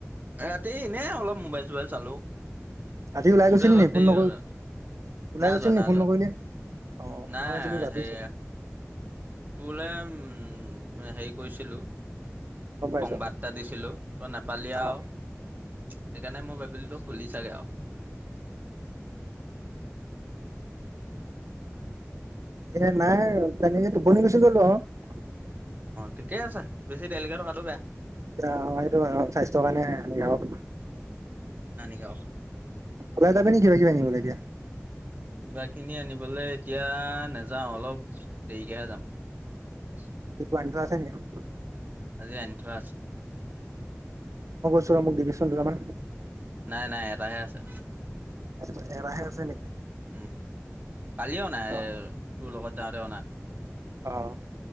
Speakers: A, on the right (about 35°); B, on the right (about 80°).
A: ৰাতি এনে অলপ মোবাইল চোবাইল চালোঁ।
B: ৰাতি ওলাই
A: খোৰুতে
B: গৈছিলি
A: অলপ
B: নি ফোন
A: দেই
B: নকৰি
A: হ'ল।
B: ওলাই
A: নাই
B: গৈছিলি
A: যোৱা,
B: নি
A: নাই
B: ফোন
A: যোৱা,
B: নকৰিলি? অ'
A: নাই
B: মই ভাবিছিলোঁ ভাবি
A: হেই।
B: চাগে
A: তোলে উম, হেৰি কৰিছিলোঁ।
B: গম পাইছোঁ
A: সংবাদটা দিছিলো তই নাপালিয়া।
B: অ'
A: সেইকাৰণে মই ভাবিলোঁ খুলি চাগে আহ।
B: এ নাই তেনেকে টোপনিৰ গুচি গলোঁ আহ।
A: ঠিকেই আছে, বেছি দেৰিলৈকে থকাটো বেয়া।
B: পিছে অ'সেইটো হয়, অ' স্বাস্থ্য কাৰণে হানিকাৰক।
A: অ'
B: ওলাই যাবি নেকি কিবা কিবা আনিবলে এতিয়া।
A: কিবা কিনি আনিবলৈ এতিয়া নাযাওঁ। অলপ দেৰিকেহে যাম। <unintelligible>
B: কিবা আনি ঠোৱা আছে নেকি?
A: আজি আনি থোৱা আছে।
B: চোৰা মোক দিবিচোন দুটা মান।
A: নাই, নাই, এটাহে আছে।
B: এহছেকচ এটা আছে নেকি?
A: উম, কালি অনা
B: অ'
A: এ তোৰ লগত যাওঁতে অনা।
B: অহ'